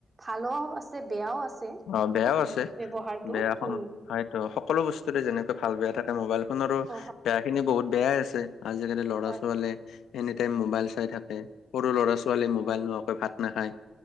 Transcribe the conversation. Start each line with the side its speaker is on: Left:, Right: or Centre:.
Right: ভালো আছে বেয়াও আছে। উ,
Left: অ বেয়াও আছে
Right: ব্য্ৱহাৰতটো
Left: বেয়া কম
Right: উম,
Left: হয়তো সকলো বস্তুৰে যেনেকৈ ভাল বেয়া থাকে মোবাইল ফোনৰো
Right: অ' হয়,
Left: বেয়া খিনি বহুত বেয়াই আছে। আজিকালি ল'ৰা
Right: হয়,
Left: ছাল এনি টাইম মোবাইল চাই থাকে সৰু ল'ৰা ছোৱালীয়ে মোবাইল নোহোৱাকৈ ভাত নাখায়।